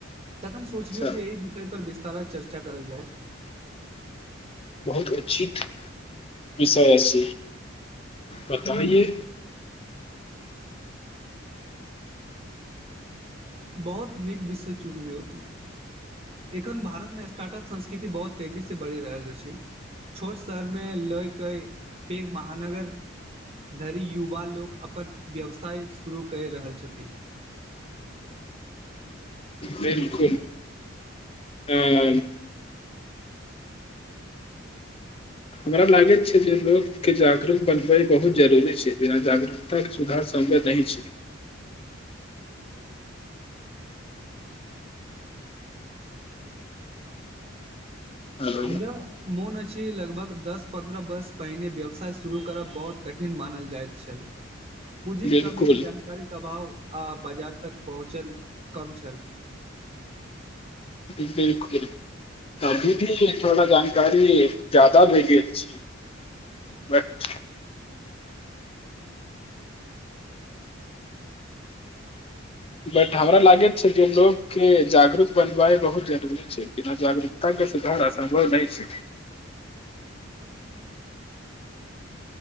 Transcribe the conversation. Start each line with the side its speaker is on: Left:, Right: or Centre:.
Right: तखन सोचलियौ
Left: अच्छा
Right: जे एहि विषय पर वि तारा चर्चा करल जाइ
Left: बहुत उचित विसस बताइए
Right: बहुत नीक विषय चुनियौ एखन भारतमे स्टार्टअप संस्कृति बहुत तेजीसँ बढ़ि रहल छै छोट शहरमे लय के पैघ महानगर धरि युवा लोक अपन व्यवसाय शुरू करि रहल छथि
Left: बिलकुल ह हमरा लागैत छै जे लोककेँ जागरूक बनबय बहुत जरूरी छै बिना जागरूकताके सुधार सम्भव नहि छै हेलो
Right: हमरा मोन अछि लगभग दस पन्द्रह वर्ष पहिने व्यवसाय शुरू करब बहुत कठिन मानल जाइत छल पूँजी
Left: बिलकुल
Right: कमी जानकारीे अभाव आ बाजार तक पहुँचन कम छलल
Left: बिलकुल अभी भी थोड़ा जानकारी ज्याददा भ गेल छिय
Right: <unintelligible>
Left: बट बट हमरा लागैत छै जे लोकोग के जागरूक बनबाइ बहुत जरूरी छै बिना जागरूकता के सुधार असम्भव नहि छै
Right: ह